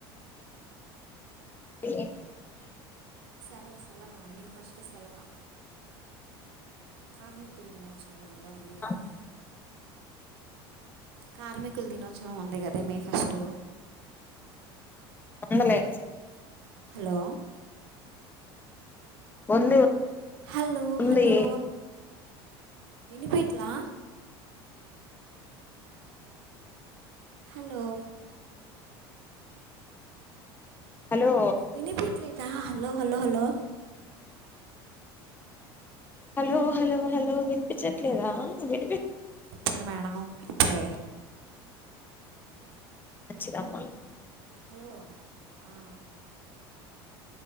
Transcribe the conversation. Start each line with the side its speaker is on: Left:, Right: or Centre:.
Left: ఏ
Right: సల సెలవా మే ఫస్ట్ సెలవా కార్మికులు దినోత్సవం ఏదో ఉంది కదా
Left: ఆ
Right: కార్మికుల దినోత్సవం ఉంది కదా మే ఫస్ట్
Left: అలే
Right: హలో
Left: ఉంది
Right: హలో
Left: ఉంది
Right: హలో వినిపీట్లా హలో
Left: హలో
Right: వినిపిట్లేదా hello hello hello
Left: hello hello hello వినిపించట్లేదా వినిపి
Right: ఉంది మేడం ఇప్పుడే
Left: మంచిదమ్మా
Right: హలో ఆ